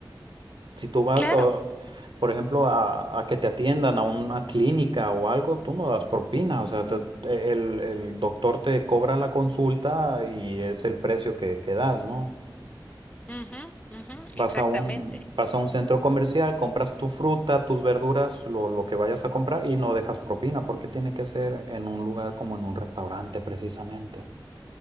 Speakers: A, on the right (about 75°); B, on the left (about 15°).
A: Si tú vas,
B: Claro.
A: o, por ejemplo, a, a que te atiendan a una clínica o algo, tú no das propina. O sea, te- el, el doctor te cobra la consulta y es el precio que, que das, ¿no?
B: Ujú, ujú,
A: Vas
B: exactamente.
A: a un, vas a un centro comercial, compras tu fruta, tus verduras, lo, lo que vayas a comprar y no dejas propina, porque tiene que ser en un lugar como en un restaurante precisamente.